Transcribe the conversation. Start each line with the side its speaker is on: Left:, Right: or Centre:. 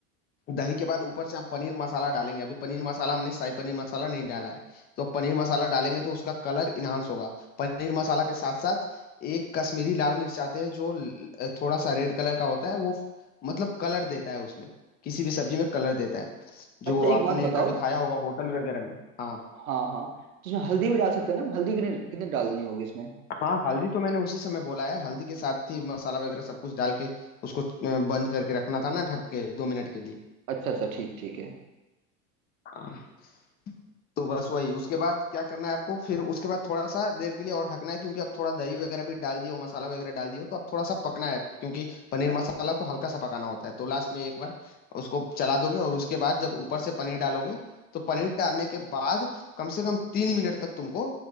Left: दही के बाद ऊपर से हम पनीर मसाला डालेंगे अभी पनीर मसाला हमने शाही पनीर मसाला नहीं डाला है तो अब पनीर मसाला डालेंगे तो उसका कलर इन्हांस होगा पनीर मसाला के साथ साथ एक कश्मीरी लाल मिर्च आते हैं जो ल- थोड़ा सा रेड कलर का होता है वो मतलब कलर देता है उसमें किसी भी सब्जी में कलर देता है जो
Right: अच्छा एक
Left: आपने
Right: बात बताओ
Left: कभी खाया होगा होटल वगैरह में हाँ
Right: हाँ हाँ तो इसमें हल्दी भी डाल सकते हैं ना हम? हल्दी कितनी कितनी डालनी होगी इसमें
Left: हाँ हल्दी तो मैंने उसी समय बोला है हल्दी के साथ ही मसाला वगैरह सब कुछ डाल के उसको अ, बंद करके रखना था ना ढक के दो मिनट के
Right: अच्छा अच्छा ठीक ठीक है
Left: लिए तो बस वही उसके बाद क्या करना है आपको फिर उसके बाद थोड़ा सा देर के लिए और ढकना है क्योंकि अब थोड़ा दही वगैरह भी डाल दियो मसाला वगैरह डाल दियो तो अब थोड़ा सा पकना है क्योंकि पनीर मसाला को हल्का सा पकाना होता है तो लास्ट में एक बार उसको चला दोगे और उसके बाद जब ऊपर से पनीर डालोगे तो पनीर डालने के बाद कम से कम तीन मिनट तक तुमको